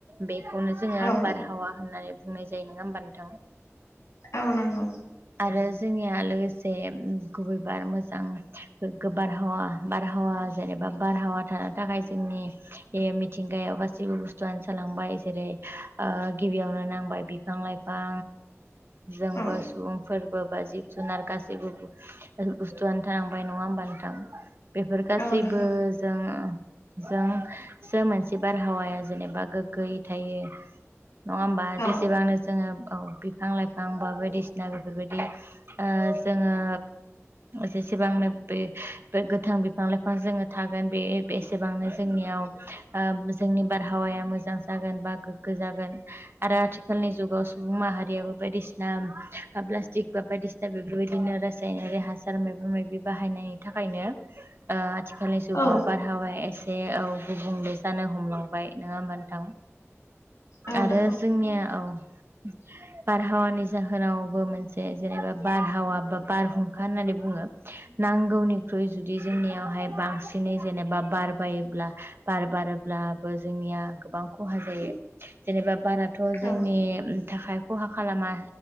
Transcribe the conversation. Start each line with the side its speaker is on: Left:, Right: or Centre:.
Right: बेखौनो जोङो
Left: औ
Right: बारहावा होननानै बुंनाय जायो नोंङा होमबा नोंथां?
Left: औ नंगौ
Right: आरो जोंनिया लोगो से गुबैबार मोजां गोगो बारहावा बारहावा जेनेबा बारहावा थानान थाखाय जोंनि मिथिंगायाव गाैबो बुस्थुआनो जालांबाय जेरै उह गिबियावनो नांबाय बिफां लाइफां जोंबो
Left: औ
Right: सुबुंफोरबो बा जिब जुनार गसिबो हेल्प बुस्थुआनो थालांबाय नंङा होमबा नोथां बेफोर गासैबो
Left: औ नंगौ
Right: जों जोंसो मोनसे बारहावाया जेनेबा गोग्गोयै थायो। नंङा होमबा
Left: औ
Right: जेसेबांनो जोंङो औ बिफां लाइफां बा बायदिसिना बेफोरबायदि उह जोंङो जेसेबांनो बे गोथां बिफां लाइफां जोंङो थागोन बे बेसेबांनो जोंनियाव उह जोंनि बारहावाया मोजां जागोन बा गोग्गो जागोन। आरो आथिखालनि जुगाव सुबुं माहारियाबो बायदिसिना प्लास्टिक बा बायदिस दा बेफोरबायदिनो रासायनारि हा सार माइबा माइबि बाहायनायनि थाखायनो उह आथिखालनि जुगव
Left: औ
Right: बार हावाया एसे औ गुबुंले जानो हमलांबाय नोंङा होमबा नोंथां।
Left: औ
Right: आरो
Left: नंगौ
Right: जोंनिया औ। बारहावानि जाहोनावबो मोनसे जेनेबा बारहावा बा बारहुं खा होनानै बुंङो। नांगौनिख्रुइ जुदि जोंनियावहाय बांसिनै जेनेबा बारबारोब्ला बार बारोब्लाबो जोंनिया गोबां खहा जायो। जेनेबा बाराथ' जोंनि
Left: औ
Right: उम थाखाय खहा खालामा